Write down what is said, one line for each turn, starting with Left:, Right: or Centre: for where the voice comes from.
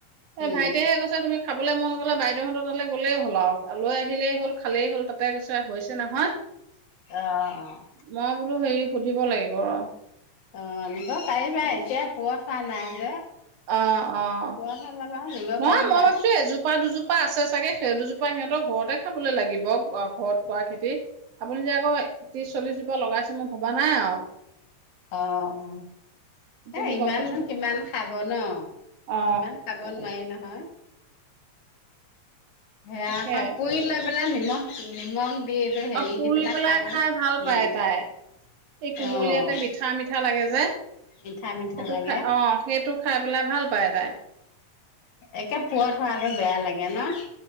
Right: এ,
Left: উম
Right: ভাইটিহে কৈছে, তুমি খাব খাবলৈ মন গ'লে, বাইদেউহতৰ তালৈ গলেই হ'ল, আৰু লৈ আহিলেই হ'ল, খালেই হ'ল, তাতে কৈছে হৈছে নহয়।
Left: আহ, অ'।
Right: মই বোলো হেৰি, সুধিব লাগিব অ'।
Left: অ', নিব পাৰিবা এতিয়া কৈ থোৱা নাই যে।
Right: অ', অ',
Left: পুৰত হলে বাৰু নিব
Right: নহয়
Left: পাৰিবা।
Right: মই ভাবিছো, এজোপা-দুজোপা আছে চাগে, সেই দুজোপ সিহঁতৰ ঘৰতে খাবলৈ লাগিব, অ', ঘৰত কৰা খেতি। আপুনি যে, আকৌ ত্ৰিশ, চল্লিছ জোপ ক লগাইছে মই ভবা নাই আৰু
Left: অ'।
Right: এতিয়াহে
Left: এ, ইমাননো
Right: গম পাইছো
Left: কিমান খাব ন?
Right: অ
Left: ইমান খাব নোৱাৰি নহয়। হেয়া
Right: তাকে
Left: আক, পুই লব <unintelligible> নিমখ, নিমখ দি এইটো হেৰি
Right: অ', পুৰি
Left: দি পেলাই
Right: পেলায়
Left: খাব
Right: খায় ভাল পায়
Left: উম
Right: তাই, অহ ', কুমলীয়াতে
Left: অ
Right: মিঠা - মিঠা লাগেযে, যে,
Left: মিঠা মিঠা
Right: সেইটো
Left: লাগে
Right: খাই অ', সেইটো খাই, পেলাই ভাল পায় তাই,
Left: একে পুৱা-থুৱা হোৱাটো বেয়া লাগে ন',?